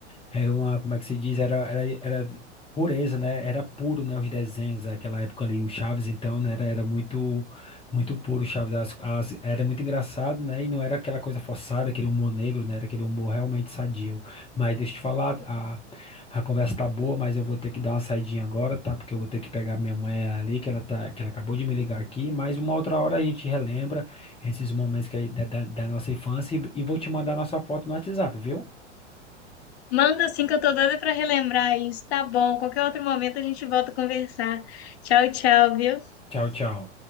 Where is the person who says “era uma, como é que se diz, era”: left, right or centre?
Left